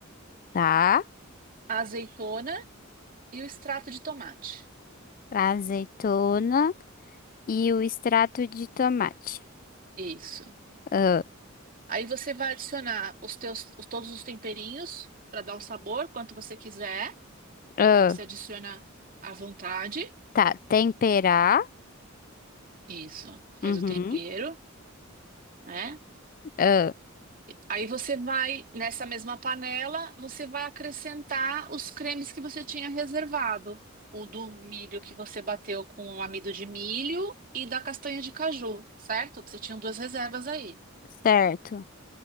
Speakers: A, on the left; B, on the right.
A: tá.
B: a azeitona e o extrato de tomate.
A: Azeitona e o extrato de tomate.
B: Isso.
A: Ah,
B: Aí você vai adicionar os teus, os- todos os temperinhos para dar o sabor, quanto você quiser.
A: ah,
B: Aí você adiciona à vontade.
A: tá. Temperar.
B: Isso, faz
A: Uhum.
B: o tempero, né?
A: Ah,
B: Aí você vai, nessa mesma panela, você vai acrescentar os cremes que você tinha reservado. O do milho que você bateu com o amido de milho e da castanha de caju, certo? Que você tinha duas reservas aí.
A: certo.